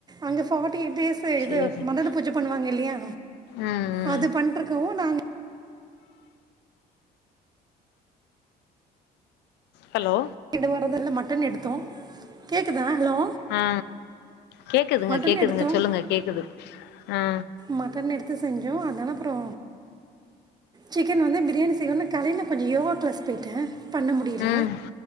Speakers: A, on the right; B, on the left.
A: அங்க பார்டி எய்ட் டேஸ்சு
B: சேரிங்க
A: இது மண்டல பூஜை பண்ணுவாங்க இல்லயா
B: ம் ம்
A: அது பண்ட்ருக்கவு நாங்
B: ஹலோ
A: இந்த வாரத இல்ல மட்டன் எடுத்தோ கேக்குதா ஹலோ
B: ஆ கேக்குதுங்க
A: மட்டன்
B: கேக்குதுங்க
A: எடுத்தோம்
B: சொல்லுங்க கேக்குது ஆ
A: மட்டன் எடுத்து செஞ்சோ அதால அப்பறோ சிக்கன் வந்து பிரியாணி செய்யணும்னா காலைல கொஞ்ச யோகா க்ளாஸ் போயிட்டே பண்ண முடில
B: ம்